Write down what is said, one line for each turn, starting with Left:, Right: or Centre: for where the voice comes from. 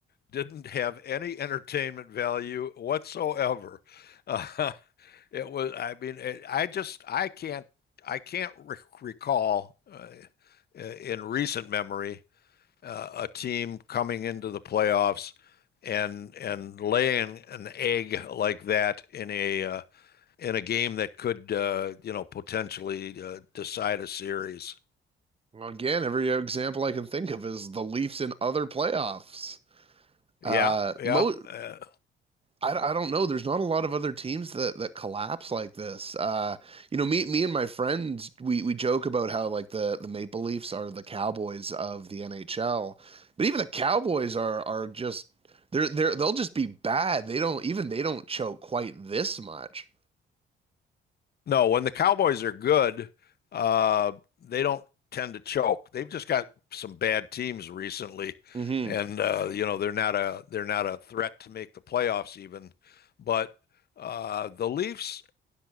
Left: didn't have any entertainment value whatsoever. Uh, <laughs> It was, I mean, it, I just, I can't, I can't rec recall uh, uh, in recent memory uh, a team coming into the playoffs and and laying an egg like that in a uh, in a game that could uh, you know potentially uh, decide a series.
Right: Again, every example I can think of is the Leafs in other playoffs.
Left: Yeah,
Right: Uh,
Left: yeah.
Right: mo-
Left: uh,
Right: I, I don't know. There's not a lot of other teams that, that collapse like this. Uh, you know, me me and my friends we, we joke about how like the, the Maple Leafs are the Cowboys of the NHL, but even the Cowboys are are just they're they're they'll just be bad. They don't even they don't choke quite this much.
Left: No, when the Cowboys are good, uh, they don't tend to choke. They've just got some bad teams recently,
Right: Mm-hmm.
Left: and uh, you know they're not a they're not a threat to make the playoffs even. But uh, the Leafs,